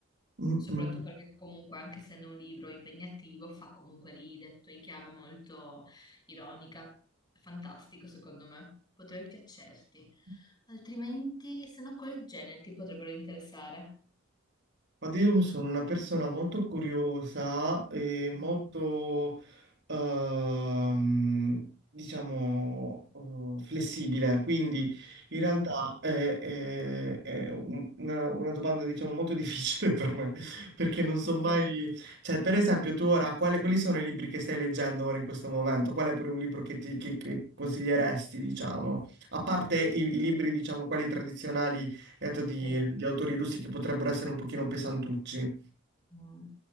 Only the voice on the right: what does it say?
Mm,
mm.
Ma io sono una persona molto curiosa e molto,
ehm, diciamo, eh, flessibile, quindi in
realtà è, è- è un- una, una domanda, diciamo, molto difficile <laughs> per me, perché non so
mai... Cioè, per esempio, tu ora, quale- quali sono i libri che stai leggendo ora in questo momento? Qual è pure un libro che ti che- che consiglieresti, diciamo? A parte i, i libri, diciamo, quelli tradizionali detto di,
di autori russi che potrebbero essere un pochino pesantucci.